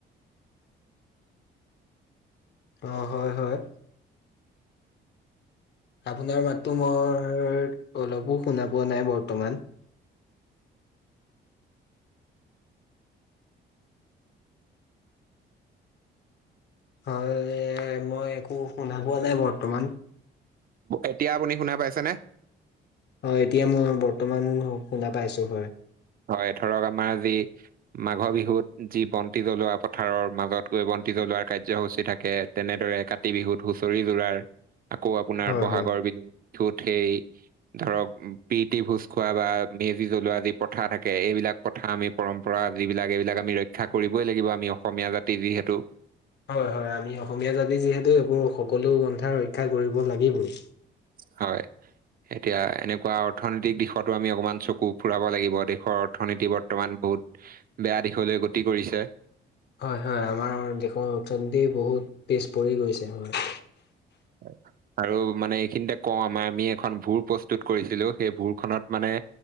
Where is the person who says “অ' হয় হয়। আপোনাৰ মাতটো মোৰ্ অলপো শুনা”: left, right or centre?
Left